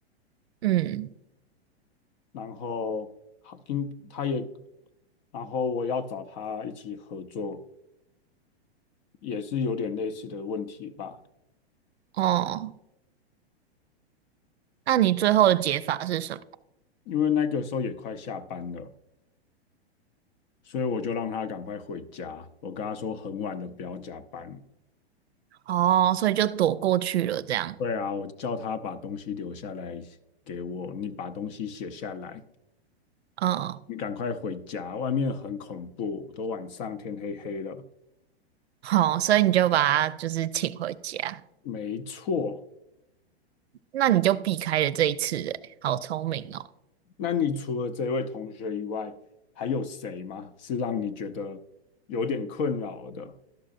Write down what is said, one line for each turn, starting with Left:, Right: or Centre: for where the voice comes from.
Right: 嗯，
Left: 然后好，应他也，然后我要找他一起合作，也是有点类似的问题吧。
Right: 哦，那你最后的解法是什么？
Left: 因为那个时候也快下班了，所以我就让他赶快回家。我跟他说很晚了，不要加班。
Right: 哦，所以就躲过去了，这样，
Left: 对啊，我叫他把东西留下来给我，你把东西写下来，
Right: 嗯，
Left: 你赶快回家，外面很恐怖，都晚上天黑黑了。
Right: 好，所以你就把他就是请回家，
Left: 没错，
Right: 那你就避开了这一次，诶，好聪明哦。
Left: 那你除了这位同学以外，还有谁吗？是让你觉得有点困扰的？